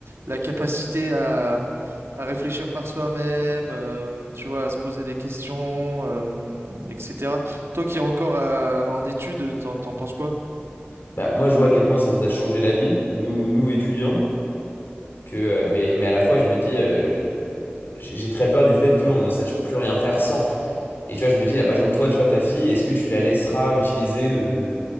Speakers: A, on the right (about 80°); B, on the left (about 60°).
A: la capacité à, à réfléchir par soi-même, euh, tu vois, à se poser des questions, euh, etc. Toi qui es encore euh, en études, t'en, t'en penses quoi?
B: Bah, moi, je vois à quel point ça nous a changé la vie, nous, nous étudiants, que, euh, mais, mais à la fois, je me dis, euh, je- j'ai j'ai très peur du fait qu'on ne sache plus rien faire sans. Et tu vois, je me dis, là, par exemple, toi, tu vois, ta fille, est-ce que tu la laisseras utiliser de,